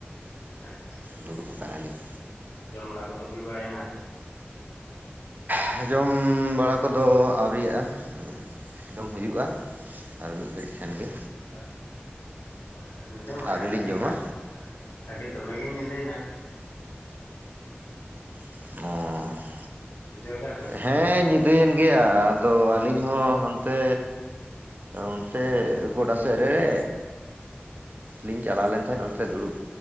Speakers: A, on the left; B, on the right.
A: ᱟᱪᱪᱷᱟ,
B: ᱫᱩᱲᱩᱵ ᱟᱠᱟᱱᱟᱞᱤᱧ
A: ᱡᱚᱢ ᱵᱟᱲᱟ ᱠᱚᱫᱚ ᱦᱩᱭ ᱵᱟᱲᱟᱭᱮᱱᱟ?
B: ᱦᱮᱸ ᱡᱚᱢ ᱵᱟᱲᱟ ᱠᱚᱫᱚ ᱟᱹᱣᱨᱤᱭᱟᱜᱼᱟ, ᱩᱸ ᱡᱚᱢ ᱦᱩᱭᱩᱼᱟ ᱟᱨ ᱢᱤᱫ ᱜᱷᱟᱹᱲᱤᱡ ᱠᱷᱟᱱ ᱜᱮ᱾
A: ᱟᱪᱪᱷᱟ ᱚ ᱧᱤᱫᱟᱹ ᱢᱟᱭ
B: ᱟᱹᱣᱨᱤ ᱞᱤᱧ
A: ᱟᱹᱰᱤ
B: ᱡᱚᱢᱟ
A: ᱜᱟ ᱟᱹᱰᱤ ᱫᱚᱢᱮᱜᱮ ᱧᱤᱫᱟᱹ ᱭᱮᱱᱟ᱾
B: ᱚᱻ
A: ᱵᱩᱡᱷᱟᱹᱣ ᱜᱮᱜ-ᱟ ᱵᱮᱱ?
B: ᱦᱮᱸ ᱧᱤᱫᱟᱹᱭᱮᱱ ᱜᱮᱭᱟ ᱟᱫᱚ ᱟᱹᱞᱤᱧ ᱦᱚᱸ ᱦᱟᱱᱛᱮ ᱚᱱᱛᱮ ᱜᱚᱰᱟ ᱥᱮᱫ ᱨᱮ ᱞᱤᱧ ᱪᱟᱞᱟᱣ ᱞᱮᱱ ᱛᱟᱦᱮᱸᱫ ᱚᱱᱛᱮ ᱫᱩᱲᱩᱵᱽ।